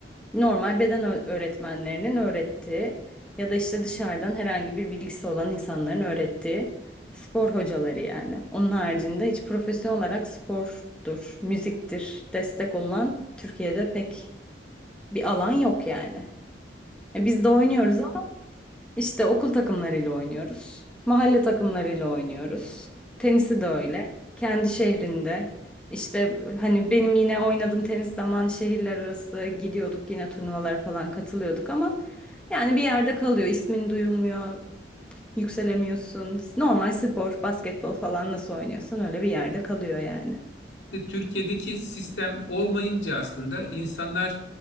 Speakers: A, in the centre; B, on the left.
A: normal beden ö- öğretmenlerinin öğrettiği ya da işte dışarıdan herhangi bir bilgisi olan insanların öğrettiği spor hocaları yani. Onun haricinde hiç profesyonel olarak spordur, müziktir destek olan Türkiye'de pek bir alan yok yani. E, Biz de oynuyoruz işte okul takımlarıyla oynuyoruz. Mahalle takımlarıyla oynuyoruz. Tenisi de öyle. Kendi şehrinde. İşte hani benim yine oynadığım tenis zaman şehirler arası gidiyorduk yine turnuvalara falan katılıyorduk ama yani bir yerde kalıyor. İsmin duyulmuyor. Yükselemiyorsun. Normal spor, basketbol falan nasıl oynuyorsan öyle bir yerde kalıyor yani.
B: Ve Türkiye'deki sistem olmayınca aslında insanlar